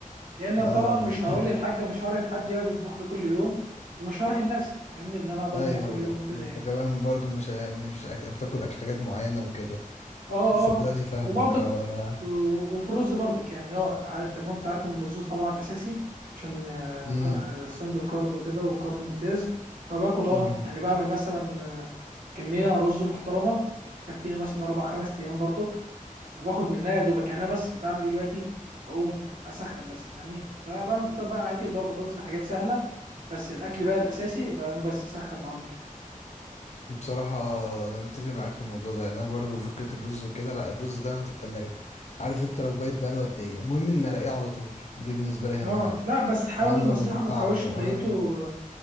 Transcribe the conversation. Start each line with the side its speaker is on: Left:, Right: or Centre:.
Right: لان
Left: اه
Right: طبعا
Left: ده
Right: مش هقول
Left: <laughs>
Right: للحاجه مش هرهن حد يقعد يطبخ لي كل يوم ومش هرهن نفسي فاهمني اللي انا اقعد اطبخ
Left: ايوه
Right: كل يوم وكده يعني
Left: كمان برضو مش يعني مش أك... بتاكل اكل حاجات معينة وكده
Right: اه
Left: صدقني
Right: اه
Left: فاهمك
Right: وبرضك
Left: اه انا
Right: و- وفي الرز برضك يعني اه عارف- طب ما انت عارف ان الرز طبعا اساسي عشان
Left: امم
Right: سمبل كارب وكده وكارب ممتاز فباكل اه
Left: ايوه
Right: يعني بعمل مثلا آه، كميه رز محترمه تكفيني مثلا اربع خمس ايام برضك وباخد منها يا دوبك يعني انا بس بعمل ايه دلوقتي بقوم اسخن بس فاهمني بقى بعمل فطار بقى عادي اللي هو بطاطس حاجات سهله بس الاكل بقى الاساسي بقوم بس اسخن واعمل كده
Left: بصراحة أنا متفق معاك في الموضوع ده يعني أنا برضو فكرة الرز وكده لأ الرز دايما في التلاجة عارف أنت لو بقيت بقاله قد إيه المهم إن ألاقيه على طول دي بالنسبة لي
Right: اه
Left: أهم حاجة
Right: لا بس حاول
Left: أهم من
Right: نصيحة ما
Left: طعمه
Right: تحاولش تبيته
Left: أهم
Right: ما